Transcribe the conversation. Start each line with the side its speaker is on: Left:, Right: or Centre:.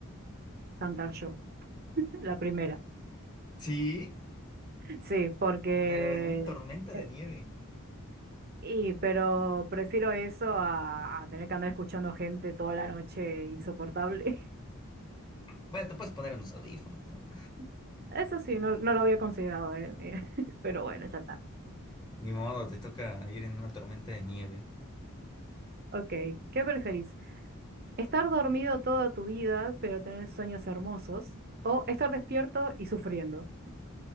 Right: Cantar yo, <laughs> la primera.
Left: Sí,
Right: Sí, porque...
Left: pero en una tormenta
Right: eh,
Left: de nieve.
Right: Y, pero prefiero eso a, a tener que andar escuchando gente toda la noche insoportable.
Left: Bueno, te puedes poner unos audífonos, ¿no?
Right: <laughs> Eso sí, no, no lo había considerado, ¿eh? <laughs> Pero bueno, ya está.
Left: Ni modo, te toca ir en una tormenta de nieve.
Right: Ok, ¿qué preferís? ¿Estar dormido toda tu vida, pero tener sueños hermosos? ¿O estar despierto y sufriendo?